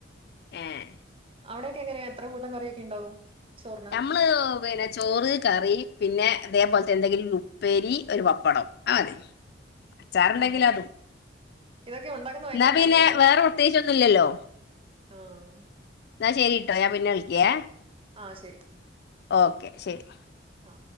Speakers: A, on the left (about 60°); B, on the right (about 30°).
A: ഉം
B: അവിടെയക്കെങ്ങനെയാ എത്ര കൂട്ടം കറിയൊക്കെണ്ടാവും ചോറിന്
A: നമ്മള് പിന്നെ ചോറ് കറി പിന്നെ അതേപോലത്തെ എന്തെങ്കിലും ഉപ്പേരി ഒരു പപ്പടം ആതെ <inaudible> അച്ചാർണ്ടെങ്കിലും
B: ആഹാ
A: അതും
B: ഇതൊക്കെ ഉണ്ടാക്കുന്ന ഭയങ്കര
A: എന്നാ പിന്നെ
B: പണിയല്ലേ
A: വേറെ പ്രത്യേകിച്ചൊന്നുല്ലല്ലോ
B: ആഹ്
A: എന്നാ ശരീട്ടോ ഞാൻ പിന്നെ വിളിക്കേ
B: ആഹ് ശരി
A: ഓക്കെ ശരി
B: ആ